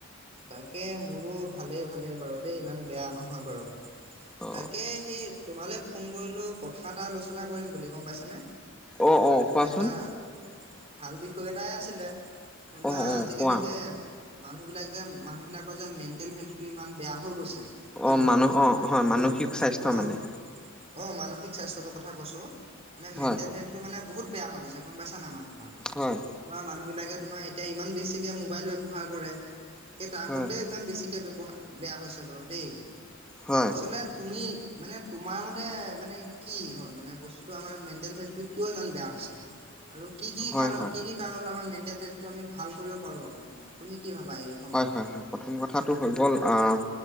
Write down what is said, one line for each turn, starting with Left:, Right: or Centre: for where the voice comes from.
Right: তাকে মোৰো ভালেই ভালেই বাৰু দেই ইমান বেয়া নহয় বাৰু।
Centre: অ
Right: তাকে সেই তোমালৈ ফোন কৰিলোঁ কথা এটা আলোচনা কৰিম বুলি গম পাইছানে।
Centre: অ অ
Right: মানে
Centre: কোৱাচোন
Right: এটা ভাল বিষয় এটাই আছিলে ধৰি লোৱা
Centre: অ অ
Right: আজিকালি
Centre: কোৱা
Right: হেপ, মানুহ বিলাক যে মানুহ বিলাকৰ যে মেন্টেল হেল্থ টো ইমান বেয়া হৈ গৈছে। হয়
Centre: অ
Right: নহয়
Centre: মানুহৰ অ হয়
Right: এতিয়া
Centre: মানসিক স্বাস্থ্য
Right: অ
Centre: মানে
Right: অ মানসিক স্বাস্থ্যটোৰ কথা কৈছোঁ, মানে
Centre: হয়
Right: মেণ্টেল হেল্থটো মানে বহুত বেয়া হৈ গৈছে গম পাইছা নাই মানুহবিল-
Centre: হয়
Right: তোমাৰ মানুহ বিলাকে তোমাৰ এতিয়া ইমান বেছিকে মোবাইল ব্যৱহাৰ কৰে। সেই তাৰ
Centre: হয়
Right: ফলতে ইমান বেছিকে ব্যৱহাৰ বেয়া হৈছে বাৰু দেই,
Centre: হয়
Right: আচলতে তুমি মানে তোমাৰ মতে মানে কি হয় মানে বস্তুটো আমাৰ মেণ্টেল হেলথটো কিয় ইমান বেয়া হৈছে? আৰু কি কি
Centre: হয়
Right: কাৰণ
Centre: হয়
Right: কি কি কাৰণ আমাৰ মেণ্টেল হেল্থটো আমি ভাল কৰিব পাৰোঁ আকৌ পুনৰ তুমি কি ভাবা এই? সন্দৰ্ভত?
Centre: হয় হয় হয় প্ৰথম কথাটো হৈ গ'ল আ-